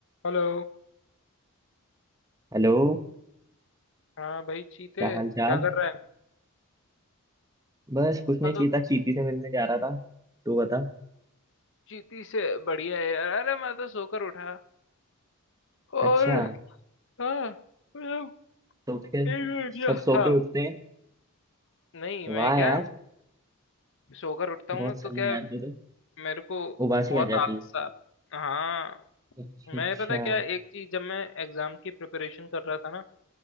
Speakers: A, on the left (about 55°); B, on the right (about 15°).
A: Hello
B: Hello
A: हाँ भाई चीते
B: क्या हाल
A: क्या
B: चाल
A: कर रहा है
B: बस कुछ
A: मैं
B: नहीं
A: तो
B: चीता चीती से मिलने जा रहा था तू बता
A: चीती से बढ़िया है यार अरे मैं तो सोकर उठा और
B: अच्छा
A: हाँ मतलब
B: तो उठ के
A: एक मिनट,
B: सब
A: या
B: सो
A: हाँ
B: के उठते हैं
A: नहीं
B: वाह
A: मैं क्या
B: यार
A: सोकर उठता
B: बहुत
A: हूँ ना तो
B: सही
A: क्या
B: है यार तू तो
A: मेरे को
B: उबासी
A: बहुत
B: आ जाती
A: आलस
B: है
A: आ हाँ
B: अच्छा
A: मैं
B: अच्छा
A: पता क्या एक चीज जब मैं एग्जाम की प्रिपरेशन कर रहा था ना